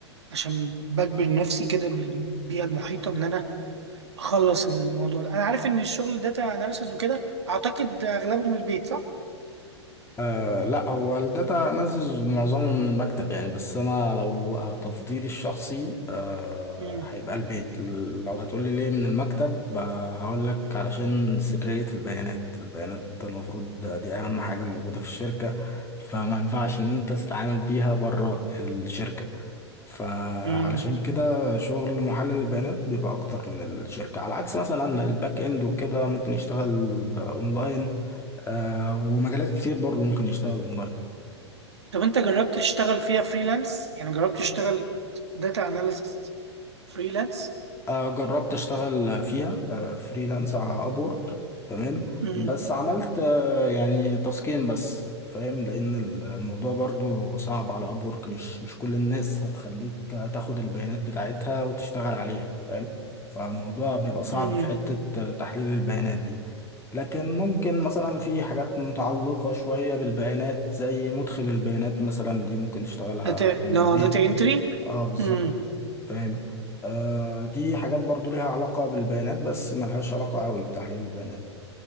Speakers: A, on the right; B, on the left.
A: عشان بجبر نفسي كده بالبيئه المحيطه ان انا اخلص الموضوع ده انا عارف ان الشغل داتا اناليسز وكده اعتقد اغلبه من البيت صح
B: أه لا هو الداتا اناليسز معظمه من المكتب يعني بس انا لو تفضيلي الشخصي أه
A: امم
B: هيبقى البيت ل- لو هتقولي ليه من المكتب أه هقول لك علشان سرية البيانات البيانات المفروض دي اهم حاجة موجودة في الشركة فما ينفعش ان انت تتعامل بيها بره الشركة فعلشان
A: امم
B: كده شغل محلل البيانات بيبقى اكتر من الشركة على عكس مثلا الباك اند وكده ممكن يشتغل اونلاين آه، ومجالات كتير برضه ممكن يشتغل اونلاين
A: طب انت جربت تشتغل فيها فريلانس يعني جربت تشتغل داتا اناليسيس فريلانس
B: آه، جربت اشتغل فيها آه، فريلانس على ابورك تمام
A: امم
B: بس عملت آه، يعني تاسكين بس فاهم لان ال- الموضوع برضو صعب على ابورك مش مش كل الناس هتخليك تاخد البيانات بتاعتها وتشتغل عليها فاهم فالموضوع بيبقى صعب
A: امم
B: في حتة آه، تحليل البيانات دي لكن ممكن مثلا في حاجات متعلقة شوية بالبيانات زي مدخل البيانات مثلا دي ممكن تشتغلها
A: داتا
B: من
A: نو
B: البيت
A: داتا انتري
B: اه بالظبط
A: امم
B: فاهم آه دي حاجات برضو ليها علاقة بالبيانات بس ملهاش علاقة قوي بتحليل البيانات